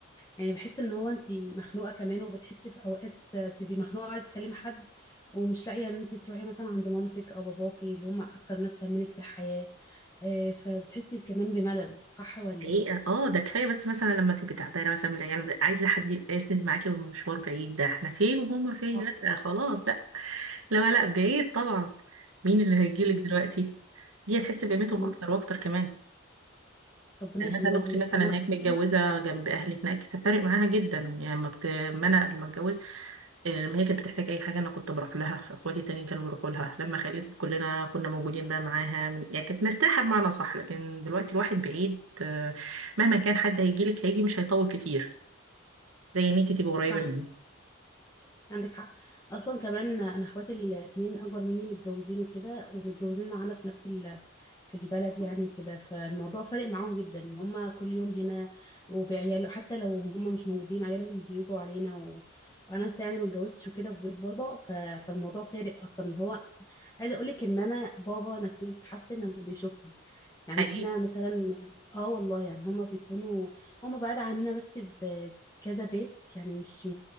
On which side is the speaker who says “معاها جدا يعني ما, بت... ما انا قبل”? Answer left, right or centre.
Right